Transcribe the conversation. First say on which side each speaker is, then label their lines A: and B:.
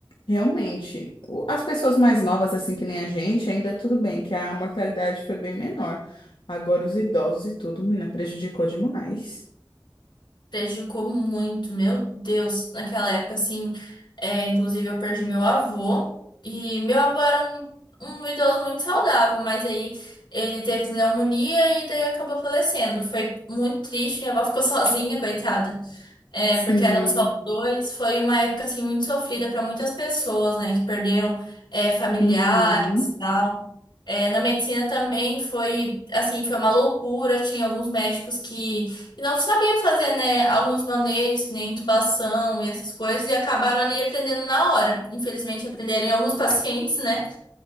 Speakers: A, on the left (about 85°); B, on the left (about 65°).
A: Realmente, o- as pessoas mais novas, assim que nem a gente, ainda é tudo bem, que a mortalidade foi bem menor. Agora os idosos e tudo, menina, prejudicou demais.
B: prejudicou muito, meu Deus, naquela época, assim, é, inclusive eu perdi meu avô, e meu avô era um, um idoso muito saudável, mas aí ele teve pneumonia e daí acabou falecendo, foi muito triste, minha avó ficou <laughs> sozinha, coitada, é,
A: Sim.
B: porque eram só dois, foi uma época, assim, muito sofrida para muitas pessoas, né, que perderam, é, familiares,
A: Uhum.
B: tal. É, na medicina também foi, assim, foi uma loucura. Tinha alguns médicos que que não sabiam fazer, né, alguns manejos, que nem intubação e essas coisas, e acabaram ali aprendendo na hora. Infelizmente, aprenderam em alguns pacientes, né?